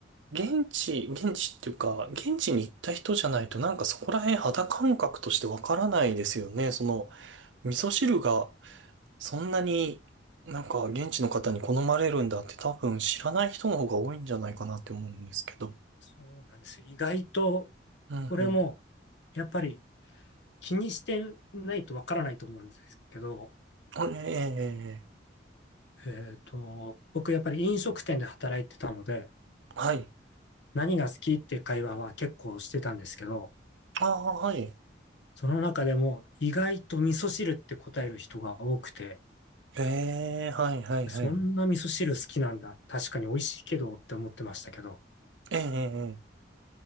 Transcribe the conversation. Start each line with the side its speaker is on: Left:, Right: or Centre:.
Right: 現地、現地っていうか、現地に行った人じゃないと、なんかそこら辺肌感覚としてわからないですよね。その、味噌汁がそんなになんか現地の方に好まれるんだって多分知らない人の方が多いんじゃないかなって思うんですけど。
Left: そうなんですよ。意外と、
Right: うんうん
Left: これもやっぱり気にしてないとわからないと思うんですけど、
Right: あ、ええ、ええ、ええ
Left: えっと、僕やっぱり飲食店で働いてたので、
Right: はい。
Left: 何が好きって会話は結構してたんですけど、
Right: ああ、はい。
Left: その中でも意外と味噌汁って答える人が多くて、
Right: ええ、はい、はい、
Left: そんな味噌汁好きなんだ。
Right: はい。
Left: 確かに美味しいけどって思ってましたけど、
Right: ええ、ええええ